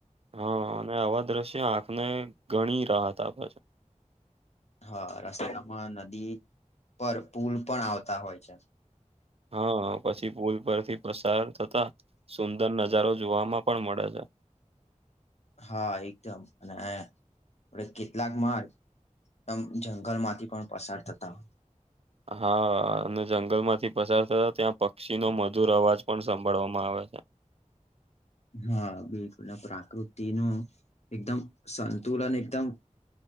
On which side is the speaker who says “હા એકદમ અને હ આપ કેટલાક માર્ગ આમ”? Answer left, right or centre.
Left